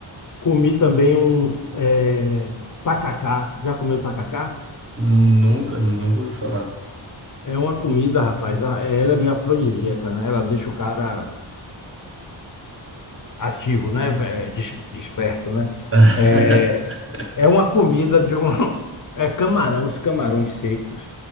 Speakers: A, on the left (about 45°); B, on the right (about 30°).
A: Comi também um é, tacacá. Já comeu tacacá?
B: Nunca, nunca ouvi falar.
A: É uma comida, rapaz. a- Ela é meio afrodisíaca, né? Ela deixa o cara ativo, né? É, des- Desperto, né?
B: <laughs>
A: É, é uma comida de um... <laughs> É camarão, os camarões secos.